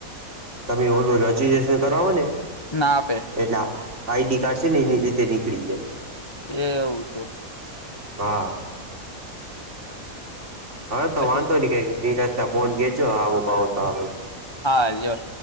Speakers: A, on the right (about 55°); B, on the left (about 20°).
A: તમે બોલો રજીસ્ટ્રેશન કરો ને
B: ના આપે.
A: એટલે આઈડી કાર્ડ છે ને એની રીતે નીકળી જાય.
B: એ એવું છે.
A: હા. હા તો
B: પછી
A: વાંધો નઈ કઈ નિરાંતના ફોન કરજો આવો ભાવો તો આવે
B: હા લ્યો.